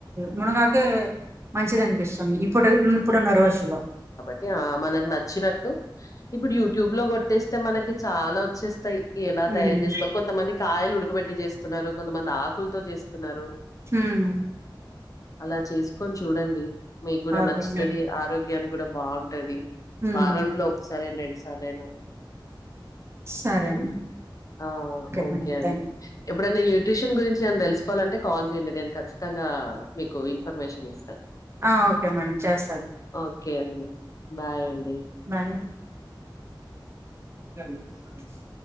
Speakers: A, on the right; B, on the left.
A: మునగాకే మంచిది అనిపిస్సుంది ఇప్పుడు ఇప్పుడున్న రోజుల్లో
B: ఇగా మనకు నచ్చినట్టు ఇప్పుడు యూట్యూబ్ లో కొట్టేస్తే మనకి చాలా వచ్చేస్తయ్ ఎలా
A: ఉమ్.
B: తయారు చేసుకోవాలి కొంతమంది కాయలు ఉడకబెట్టి చేస్తున్నారు కొంతమంది ఆక్ కుల్తో చేస్తున్నారు
A: ఉమ్.
B: అలా చేసుకొని చూడండి మీక్కూడ
A: ఓకే
B: నచ్చుతది ఆరోగ్యాన్ని కూడా బాగుంటది
A: ఉమ్.
B: వారంలో ఒకసారి రెండుసార్లయినా
A: సరే
B: ఊ
A: అండి.
B: ఆ ఓకే
A: మేడం
B: అండి
A: థ్యాంక్
B: ఎప్పుడన్న న్యూట్రిషన్ గురించి ఏం తెలుసుకోవాలంటే కాల్ చేయండి నేను ఖచ్ తంగా మీకు ఇన్ఫర్మేషన్ ఇస్తాను
A: ఆ ఒకే మేడం చేస్తాను
B: ఓకే అండి బాయ్ అండి
A: బాయ్ ఎమ్మటనే కాల్ చేస్